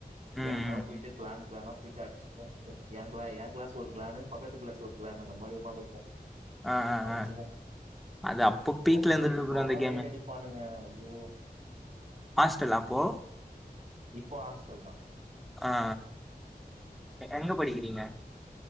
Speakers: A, in the centre; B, on the right.
A: ம்
B: கேங்கா
A: ம்
B: போயிட்டு
A: ம்
B: கிளான் கிளானா போயிட்டு அடிச்சுப்போம் ஏ கிளா ஏ கிளாஸ் ஒரு பிளான்னு பக்கத்து கிளாஸ் ஒரு பிளான்னு அந்த மாரி உக்காந்துருப்போம்
A: ஆ ஆ
B: அடிச்சிப்போம்
A: ஆ அது அப்போ பீக்ல
B: தூங்கிட்டு
A: இருந்தது
B: இருக்க குல்லலாம்
A: ப்ரோ அந்த கேமு
B: ரைட் அடிப்பானுங்க ஓ
A: ஹாஸ்டலா அப்போ
B: இப்போ ஹாஸ்டல் தா
A: ஆ எங்க படிக்கிறீங்க